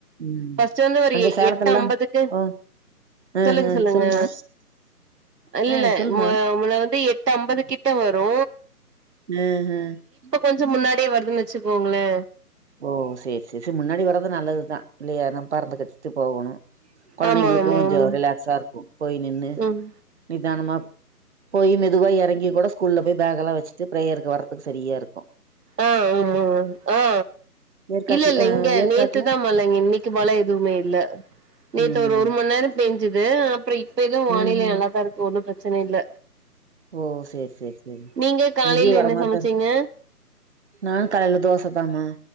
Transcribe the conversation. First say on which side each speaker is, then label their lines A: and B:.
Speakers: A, on the right (about 45°); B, on the right (about 80°).
A: ம்.
B: ஃபஸ்ட் வந்து ஒரு
A: அங்க சேலத்துலலாம்
B: எட்டு அம்பதுக்கு
A: ஓ! ஆஹ.
B: சொல்லுங்க சொல்லுங்க
A: சொல்லுமா?
B: இல்லெல்ல
A: ஆ சொல்லுமா?
B: மு முன்ன வந்து எட்டு அம்பது கிட்ட வரு
A: ம் ஹும்
B: கொஞ்சோ முன்னாடியே வருதுன் வச்சுக்கோங்களே
A: ஓ சேர் சேரி சேர் முன்னாடி வர்றது நல்லதுதா இல்லையா நம்ம பறந்து கட்டிக்கிட்டு போகணு கொழந்தைங்களுக்கு
B: ஆமா ஆமா
A: கொஞ்சோ
B: ஆமா
A: ரிலாக்ஸா இருக்கு போய் நின்னு
B: ம்
A: நிதானமா போய் மெதுவா எறங்கி கூட ஸ்கூல்ல போய் பேக்க எல்லா வச் சு பிரேயர்க்கு வரதுக்கு சரியா இருக்கு
B: ஆ ஆமா மேம் ஆ
A: ஏற்காட்ல
B: இல்லல்ல
A: அ
B: இங்க
A: ஏற்காட்ல?
B: நேத்துதா மழங்க இன்னைக்கு மழ் எதுவுமே இல்ல நேத்து
A: ம்
B: ஒரு மண் நேரோ பேஞ்சுது அப்றோ இப்ப எதுவு வானிலை
A: ம்
B: நல்லாதா இருக்கு ஒன்னு பிரச்சன இல்ல
A: ஓ சேரி சேரி சேரி
B: நீங்க காலைல
A: இங்கேயு வரமாட்டாரு
B: என்ன சமச்சீங்க
A: நானு காலைல தோச தாமா